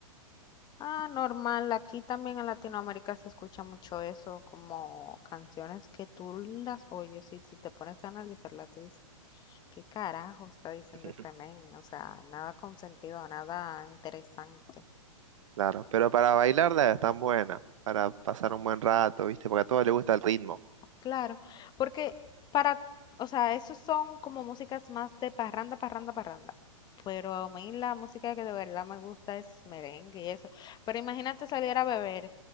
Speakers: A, on the left; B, on the right.
A: Ah, normal. Aquí también en Latinoamérica se escucha mucho eso, como canciones que tú las oyes y si te pones a analizarlas, tú dices, ¿qué carajo está diciendo
B: <laughs>
A: este men? O sea, nada con sentido, nada interesante.
B: Claro, pero para bailarla es tan buena, para pasar un buen rato, ¿viste? Porque a todos les gusta el ritmo.
A: Claro, porque para, o sea, esos son como músicas más de parranda, parranda, parranda. Pero a mí la música que de verdad me gusta es merengue y eso. Pero imagínate salir a beber